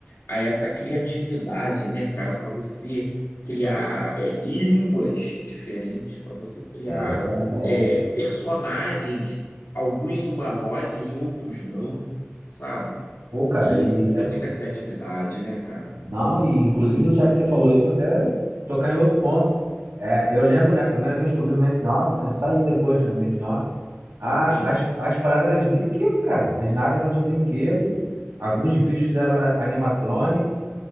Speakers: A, on the left; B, on the right.
A: a essa criatividade, né, cara, para você criar é, línguas diferentes, para você criar
B: É,
A: é,
B: é.
A: personagens, alguns humanoides, outros não, sabe?
B: Pô, cara,
A: E
B: e,
A: tem que
B: é,
A: ter muita criatividade, né, cara?
B: não, e inclusive já que você falou isso, vou até tocar em outro ponto. É, eu lembro, né, a primeira vez que eu vi o making off, né, saía depois, né, o making off, a,
A: Sim,
B: as, as paradas eram de brinquedo, cara. As naves eram de brinquedo, alguns bichos eram a- animatronics.